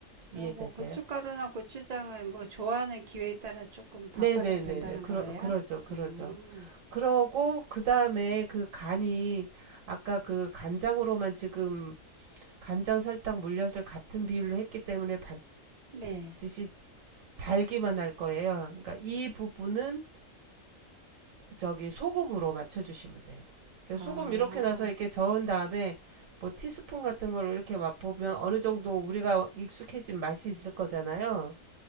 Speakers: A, on the right; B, on the right.
A: 이해되세요?
B: 아, 뭐 고춧가루나 고추장은 뭐 좋아하는 기회에 따라 조금 바꿔도
A: 네네네네.
B: 된다는
A: 그러
B: 거네요.
A: 그러죠, 그러죠.
B: 음,
A: 그러고 그다음에 그 간이 아까 그 간장으로만 지금 간장 설탕 물엿을 같은 비율로 했기 때문에
B: 네.
A: 반드시 달기만 할 거예요. 그러니까 이 부분은 저기 소금으로 맞춰주시면 돼요. 그러니까
B: 아,
A: 소금 이렇게 넣어서 이렇게 저은 다음에 뭐 티스푼 같은 걸로 이렇게 맛보면 어느 정도 우리가 익숙해진 맛이 있을 거잖아요.